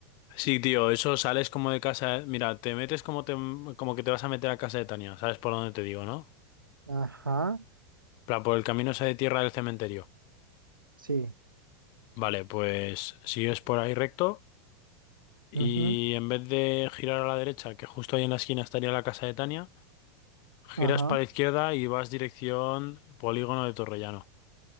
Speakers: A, on the left; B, on the right.
A: Sí, tío, eso sales como de casa, ¿eh? mira, te metes como te, como que te vas a meter a casa de Tania, ¿sabes por dónde te digo, no?
B: Ajá,
A: Para por el camino ese de tierra del cementerio.
B: sí.
A: Vale, pues sigues por ahí recto y
B: ujú,
A: en vez de girar a la derecha, que justo ahí en la esquina estaría la casa de Tania, giras
B: Ajá.
A: para la izquierda y vas dirección Polígono de Torrellano.